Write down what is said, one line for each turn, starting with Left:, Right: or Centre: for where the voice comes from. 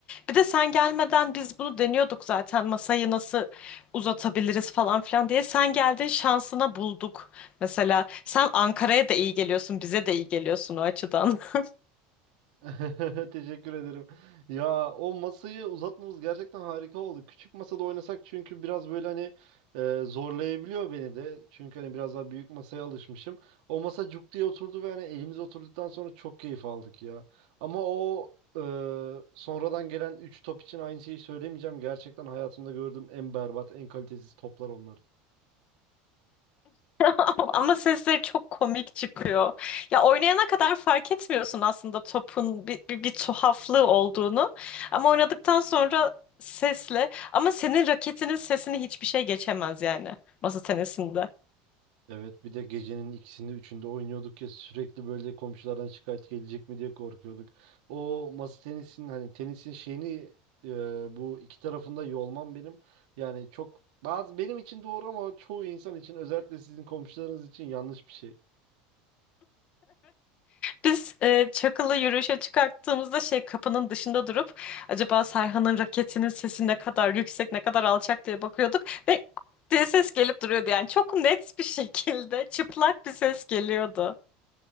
Left: Bir de sen gelmeden biz bunu deniyorduk zaten masayı nasıl uzatabiliriz falan filan diye. Sen geldin şansına bulduk. Mesela sen Ankara'ya da iyi geliyorsun, bize de iyi geliyorsun o açıdan. <laughs>
Right: <laughs> Teşekkür ederim. Ya o masayı uzatmamız gerçekten harika oldu. Küçük masada oynasak çünkü biraz böyle hani e, zorlayabiliyor beni de. Çünkü hani biraz daha büyük masaya alışmışım. O masa cuk diye oturdu ve hani elimize oturduktan sonra çok keyif aldık ya. Ama o e, sonradan gelen 3 top için aynı şeyi söylemeyeceğim. Gerçekten hayatımda gördüğüm en berbat, en kalitesiz toplar onlar.
Left: <laughs> Ama sesleri çok komik çıkıyor. Ya oynayana kadar fark etmiyorsun aslında topun bir, bir, bir tuhaflığı olduğunu. Ama oynadıktan sonra sesle ama senin raketinin sesini hiçbir şey geçemez yani masa tenisinde.
Right: Evet bir de gecenin ikisinde üçünde oynuyorduk ya sürekli böyle komşulardan şikayet gelecek mi diye korkuyorduk. O masa tenisinin hani tenisin şeyini e, bu iki tarafında yolmam benim yani çok bazı benim için doğru ama çoğu insan için özellikle sizin komşularınız için yanlış bir şey.
Left: Biz e, Çakıl'ı yürüyüşe çıkarttığımızda şey kapının dışında durup acaba Serhan'ın raketinin sesi ne kadar yüksek ne kadar alçak diye bakıyorduk ve diye ses gelip duruyordu yani çok net bir şekilde çıplak bir ses geliyordu.